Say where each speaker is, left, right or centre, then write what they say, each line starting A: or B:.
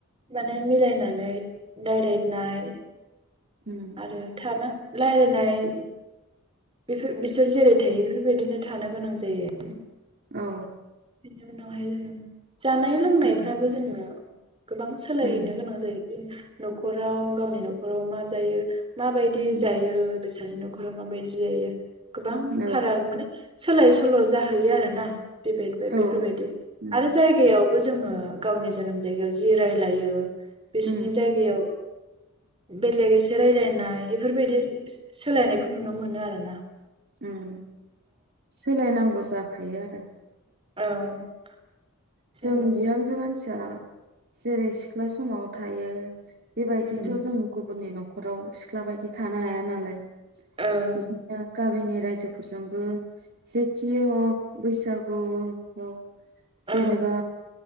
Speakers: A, on the right; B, on the right.
A: माने मिलायनानै दायरादनाय
B: उम
A: आरो थाना रायलायनाय बेफोर बिसोर जेरै थायो बेफोरबायदिनो थानो गोनां जायो।
B: औ
A: बेनि उनावहाय जोङो जानाय लोंनायफ्राबो
B: उम
A: जोङो गोबां सोलायहैनो
B: उम
A: गोनां जायो। न'खराव गावनि न'खराव मा जायो। माबायदि
B: उम
A: जायो। फैसानि न'खराव माबायदि जायो। गोबां
B: औ
A: फाराग माने सोलाय सोल' जाहैयो आरोना बे
B: औ
A: बेफोरबायदि
B: उम
A: आरो जायगायाव बो जोङो गावनि जोनोम जायगायाव जि रायलायो बिसिनि
B: उम
A: जायगायाव बेलेग एसे रायलायनाय बेफोरबायदि सोलायनायखौ नुनो मोनो आरो ना।
B: उम सोलायनांगौसो जाखायो आरो
A: औ जोङो
B: जों बिहामजो मानसिया जेरै सिख्ला समाव थायो। बेबायदिथ'
A: उम
B: जों गुबुननि न' न'खराव सिख्ला बायदि थानो हाया नालाय बिदिनो
A: औ
B: काबिनेट रायजोफोरजोंबो जेखि हक बैसागु हक
A: औ
B: जेनेबा